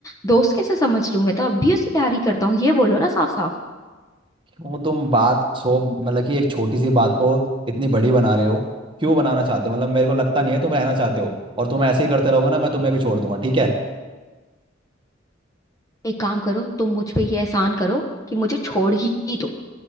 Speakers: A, on the left; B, on the right.
A: दोस्त कैसे समझ लूं मैं तो अब भी उसे प्यार ही करता हूँ ये बोलो ना साफ साफ
B: क्यों तुम बात सो मतलब कि एक छोटी सी बात को इतनी बड़ी बना रहे हो क्यों बनाना चाहते हो मतलब मेरे को लगता नहीं है तुम रहना चाहते हो और तुम ऐसे ही करते रहोगे ना मैं तुम्हें भी छोड़ दूंगा ठीक है
A: एक काम करो तुम मुझ पे ये एहसान करो कि मुझे छोड़ ही ही दो